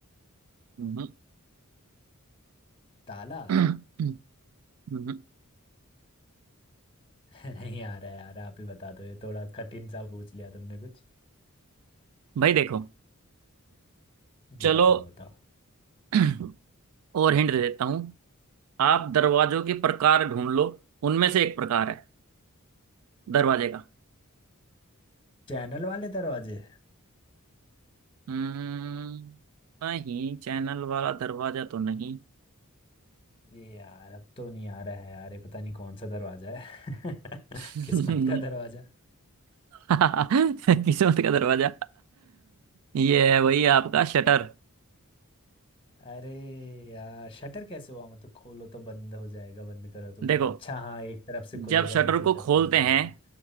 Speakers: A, on the right; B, on the left.
A: हम्म,
B: ताला
A: <clears throat> हम्म,
B: <laughs> नहीं आ रहा है यार आप ही बता दो ये थोड़ा कठिन सा पूछ लिया तुमने कुछ
A: भाई देखो
B: जी
A: चलो
B: बताओ बताओ
A: <clears throat> और हिंट दे देता हूँ आप दरवाजों के प्रकार ढूंढ लो उनमें से एक प्रकार है दरवाजे का
B: चैनल वाले दरवाजे
A: हम्म नहीं चैनल वाला दरवाजा तो नहीं
B: ये यार अब तो नहीं आ रहा है यार ये पता नहीं कौन सा दरवाजा है <laughs>
A: <laughs>
B: किस्मत का दरवाजा
A: किस्मत का दरवाजा ये है वही आपका शटर
B: अरे यार शटर कैसे हुआ मतलब खोलो तो बंद हो जाएगा बंद करो तो
A: देखो
B: खुल अच्छा हाँ एक तरफ से
A: जब
B: खुलेगा
A: शटर
B: दूसरी
A: को
B: तरफ
A: खोलते
B: से बंद
A: हैं
B: हो जाएगा